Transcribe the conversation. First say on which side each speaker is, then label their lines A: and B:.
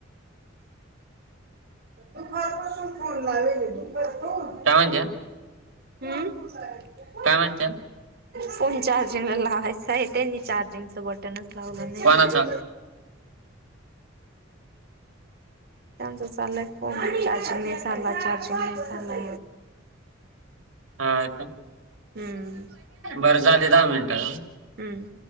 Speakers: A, on the right; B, on the right.
A: दुपार पासून फोन लावायले दुपार पासून.
B: काय म्हणतिया.
A: अं.
B: काय म्हणच्याल.
A: फोन चार्जिंगला लावायचाय त्यांनी चार्जिंगचं बटनच लावलं नाही.
B: कोणाचा?
A: त्यांचा चाललाय फोन चार्जिंग नाही झाला चार्जिंग नाही झाला.
B: हाय का
A: हम्म
B: बर झाले दहा मिनटं.
A: हम्म.